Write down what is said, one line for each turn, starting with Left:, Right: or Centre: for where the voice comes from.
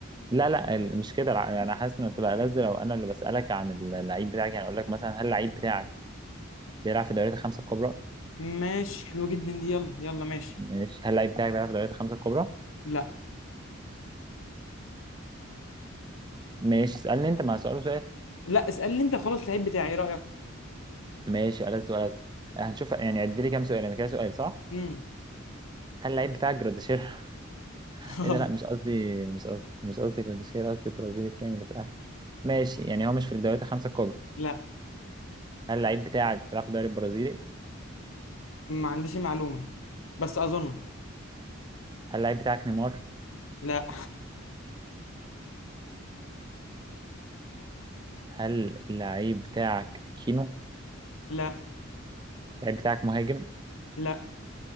Right: لا لا ال- مش كده الع- انا حاسس ان تبقى لذ لو انا اللي بسالك عن اللعيب بتاعك يعني اقول لك مثلا هل اللعيب بتاعك بيلعب في الدوريات الخمسه الكبرى
Left: ماشي حلوه جدا دي يلا يلا ماشي
Right: ماشي هل اللعيب بتاعك بيلعب في دوريات الخمسة الكبرى؟
Left: لا
Right: ماشي اسألني أنت مع سؤال وسؤال
Left: لا اسالني انت خلاص اللعيب بتاعي ايه رايك
Right: ماشي ألد سؤال هنشوف يعني عد لي كام سؤال أنا كده سؤال صح؟
Left: امم
Right: هل اللعيب بتاعك جراديشير؟ <laughs>
Left: <laughs> خلاص
Right: إيه ده لا مش قصدي مش قصدي مش قصدي جراديشير قصدي البرازيلي التاني اللي في الأهلي ماشي يعني هو مش في الدوريات الخمسة الكبرى
Left: لا
Right: هل اللعيب بتاعك بيلعب في الدوري البرازيلي؟
Left: ما عنديش معلومة بس أظن
Right: هل اللعيب بتاعك نيمار؟
Left: لا
Right: هل اللعيب بتاعك كينو؟
Left: لا
Right: اللعيب بتاعك مهاجم؟
Left: لا